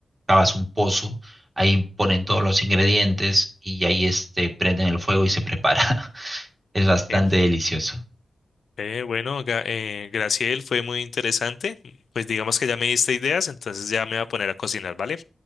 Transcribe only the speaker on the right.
Cavas un pozo,
ahí ponen todos los ingredientes y ahí este, prenden el fuego y se prepara. <laughs> Es bastante
delicioso.